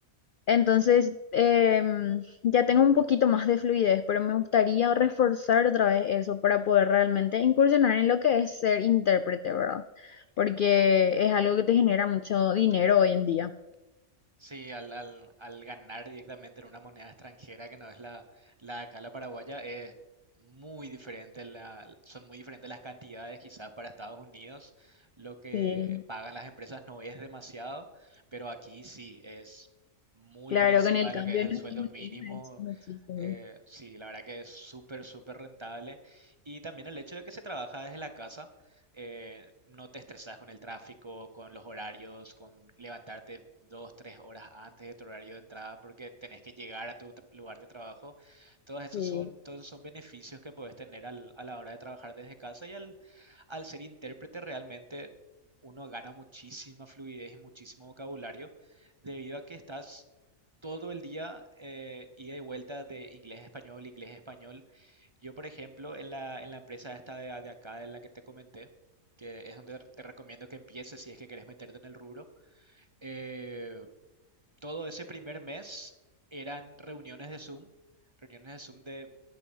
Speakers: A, on the left (about 70°); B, on the right (about 25°).
A: Entonces, eh, ya tengo un poquito más de fluidez, pero me gustaría reforzar otra vez eso para poder realmente incursionar en lo que es ser intérprete, ¿verdad? Porque es algo que te genera mucho dinero hoy en día.
B: Sí, al, al, al ganar directamente en una moneda extranjera que no es la, la de acá, la paraguaya, es muy diferente, la, son muy diferentes las cantidades quizás para Estados Unidos, lo que
A: Sí.
B: pagan las empresas no es demasiado, pero aquí sí, es muy
A: Claro,
B: por encima
A: con el
B: de
A: cambio
B: lo que es el
A: de
B: sueldo
A: nuestra moneda
B: mínimo.
A: es muchísimo.
B: eh, sí, la verdad que es súper, súper rentable. Y también el hecho de que se trabaja desde la casa eh, no te estresas con el tráfico, con los horarios, con levantarte dos, tres horas antes de tu horario de entrada porque tenés que llegar a tu tra- lugar de trabajo. Todos esos
A: Sí.
B: son, todos esos son beneficios que puedes tener al- a la hora de trabajar desde casa y al, al ser intérprete realmente uno gana muchísima fluidez y muchísimo vocabulario debido a que estás todo el día eh, ida y vuelta de inglés a español, inglés a español yo, por ejemplo, en la, en la empresa esta de, de acá, de la que te comenté, que es donde te recomiendo que empieces si es que querés meterte en el rubro, eh, todo ese primer mes eran reuniones de Zoom, reuniones de Zoom de